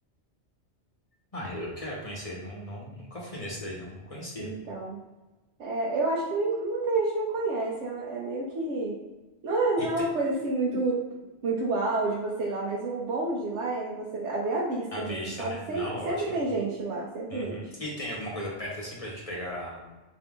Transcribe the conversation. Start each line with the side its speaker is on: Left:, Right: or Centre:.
Left: Ah, eu quero conhecer. Não, não, nunca fui nesse daí, não. Não conhecia.
Right: Então, é, eu acho que nem- muita gente não conhece. É, é meio que. Não é, não
Left: E
Right: é
Left: tem...
Right: uma coisa assim muito, muito uau de você ir lá, mas o bom de lá é você é ver a vista
Left: A vista,
Right: mesmo, sabe?
Left: né?
Right: Sempre,
Left: Não, ótimo.
Right: sempre tem gente lá, sempre
Left: Uhum.
Right: tem gente.
Left: E tem alguma coisa perto assim pra gente pegar,